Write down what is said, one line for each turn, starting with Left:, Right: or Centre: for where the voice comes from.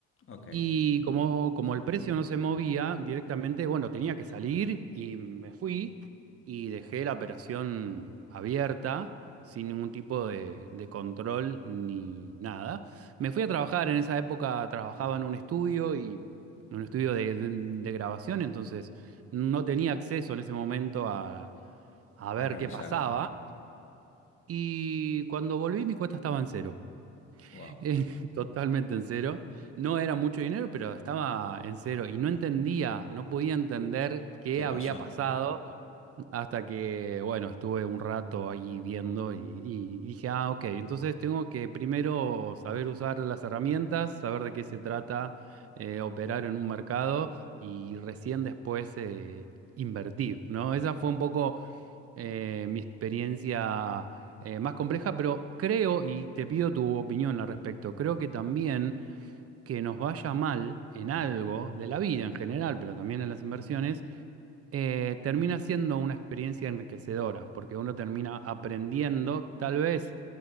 Left: ok.
Right: Y como, como el precio no se movía directamente, bueno, tenía que salir y me fui y dejé la operación abierta sin ningún tipo de, de control ni nada. Me fui a trabajar, en esa época trabajaba en un estudio y en un estudio de, de- de grabación, entonces no tenía acceso en ese momento a, a ver
Left: A revisar.
Right: qué pasaba. Y cuando volví mi cuenta estaba en cero.
Left: Wow.
Right: Eh, <laughs> totalmente en cero. No era mucho dinero, pero estaba en cero y no entendía, no podía entender qué
Left: ¿Qué
Right: había
Left: pasó?
Right: pasado hasta que, bueno, estuve un rato ahí viendo y, y dije, ah, ok, entonces tengo que primero saber usar las herramientas, saber de qué se trata, eh, operar en un mercado y recién después eh, invertir, ¿no? Esa fue un poco eh, mi experiencia eh, más compleja, pero creo, y te pido tu opinión al respecto, creo que también que nos vaya mal en algo de la vida en general, pero también en las inversiones, eh, termina siendo una experiencia enriquecedora, porque uno termina aprendiendo, tal vez